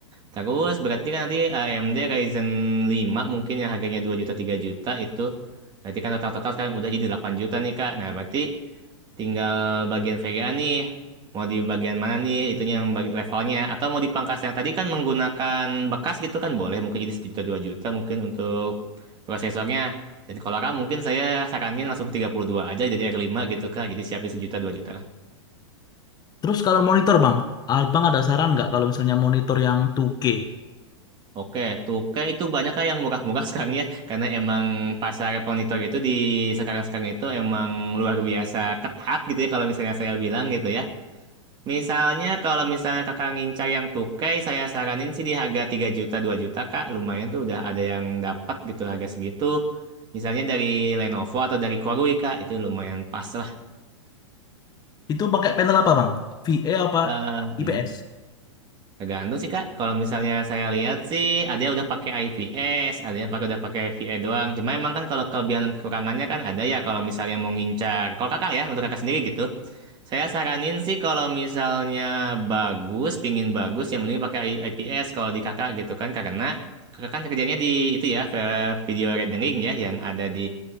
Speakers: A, on the right (about 30°); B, on the left (about 25°).
A: Terus berarti kan nanti AMD Ryzen lima mungkin yang harganya 2 juta, 3 juta itu. Berarti kan total-total sekarang udah jadi 8 juta nih, Kak. Nah, berarti tinggal bagian Vega nih mau di bagian mana nih itunya yang bagi levelnya atau mau dipangkas yang tadi kan menggunakan bekas gitu kan boleh mungkin jadi satu juta 2 juta mungkin untuk prosesornya dan kalau RAM mungkin saya saranin langsung ke 32 aja jadi r lima gitu kak jadi siapin sejuta 2 juta lah
B: Terus kalau monitor bang, abang ada saran nggak kalau misalnya monitor yang 2K
A: oke tuh kayak itu banyak kak yang murah-murah <laughs> sekarang ya karena emang pasar monitor itu di sekarang-sekarang itu emang luar biasa ketat gitu ya kalau misalnya saya bilang gitu ya Misalnya kalau misalnya kakak ngincar yang tukai, saya saranin sih di harga 3 juta 2 juta kak, lumayan tuh udah ada yang dapat gitu harga segitu. Misalnya dari Lenovo atau dari Korui kak, itu lumayan pas lah.
B: itu pakai panel apa bang? VA apa
A: Eh, hmm.
B: IPS?
A: Tergantung sih Kak. Kalau misalnya saya lihat sih ada yang udah pakai IPS, ada yang pakai udah pakai VA doang. Cuma emang kan kalau kelebihan dan kekurangannya kan ada ya kalau misalnya mau ngincar. Kalau Kakak ya untuk Kakak sendiri gitu. Saya saranin sih kalau misalnya bagus, pingin bagus ya mending pakai I- IPS kalau di Kakak gitu kan karena Kakak kan kerjanya di itu ya ve- video rendering ya yang ada di